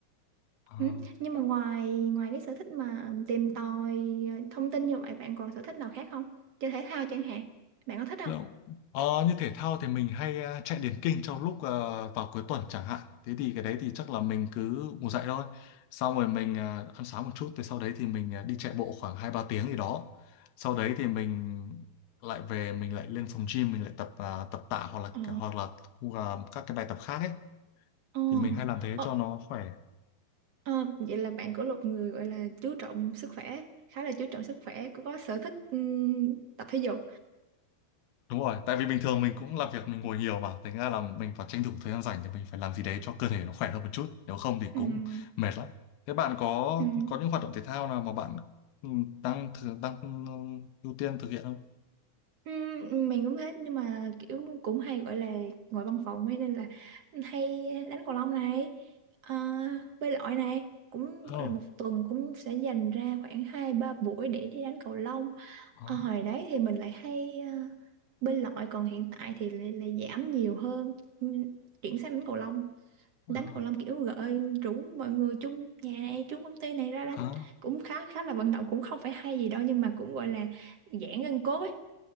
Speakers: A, on the left; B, on the right.
A: À.
B: Ừ. Nhưng mà ngoài ngoài cái sở thích mà tìm tòi ờ, thông tin như vậy bạn còn sở thích nào khác không? Chơi thể thao chẳng hạn. Bạn có thích không?
A: Đúng. Ờ, như thể thao thì mình hay ờ, chạy điền kinh trong lúc ờ, vào cuối tuần chẳng hạn. Thế thì cái đấy thì chắc là mình cứ ngủ dậy thôi. Xong rồi mình ờ, ăn sáng một chút, thì sau đấy thì mình ờ, đi chạy bộ khoảng hai ba tiếng gì đó. Sau đấy thì mình lại về mình lại lên phòng gym mình lại tập ờ, tập tạ hoặc là
B: Ồ,
A: hoặc là, hoặc là các cái bài tập khác ấy
B: Ồ,
A: thì mình hay làm thế
B: ồ,
A: cho nó khỏe.
B: Ờ, vậy là bạn của một người gọi là chú trọng sức khỏe, khá là chú trọng sức khỏe, có, có sở thích ừm, tập thể dục.
A: Đúng rồi, tại vì bình thường mình cũng làm việc mình ngồi nhiều mà, thành ra là mình phải tranh thủ thời gian rảnh thì mình phải làm gì đấy cho cơ thể nó khỏe hơn một chút, nếu không thì cũng
B: Ừm,
A: mệt lắm. Thế bạn có
B: ừm,
A: có những hoạt động thể thao nào mà bạn ừ, đang thử- đang ừ, ưu tiên thực hiện không?
B: ừm, mình cũng thế nhưng mà kiểu cũng hay gọi là ngồi văn phòng ấy, nên là hay đánh cầu lông này, ờ, bơi lội này, cũng gọi
A: Ồ,
B: là một tuần cũng sẽ dành ra khoảng hai ba buổi để đi đánh cầu lông.
A: có.
B: Ờ, hồi đấy thì mình lại hay ờ, bơi lội còn hiện tại thì lại, lại giảm nhiều hơn, Ừm, chuyển sang đánh cầu lông.
A: Có.
B: đánh cầu lông kiểu gợi rủ mọi người chung nhà này chung công ty này ra đánh
A: À,
B: cũng khá khá là vận động cũng không phải hay gì đâu nhưng mà cũng gọi là giãn gân cốt ấy